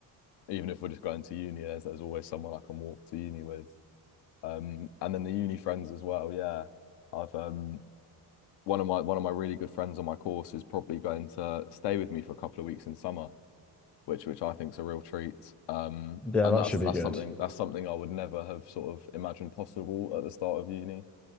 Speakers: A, on the left; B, in the centre.
A: even if we're just going to uni, there's, there's always someone I can walk to uni with. Um, and then the uni friends as well. Yeah, I've um one of my one of my really good friends on my course is probably going to stay with me for a couple of weeks in summer, which which I think's a real treat. Um,
B: Yeah,
A: and
B: that
A: that's
B: should be
A: that's
B: good.
A: something that's something I would never have sort of imagined possible at the start of uni